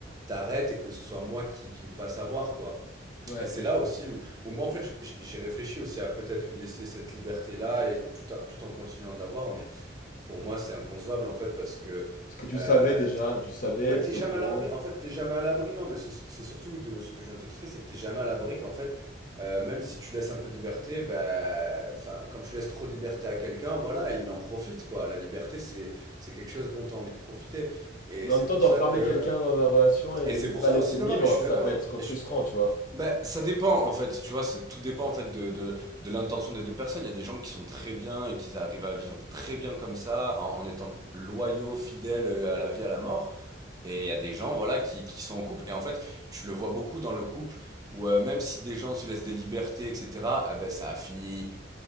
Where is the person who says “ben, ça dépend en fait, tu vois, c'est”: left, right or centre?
Right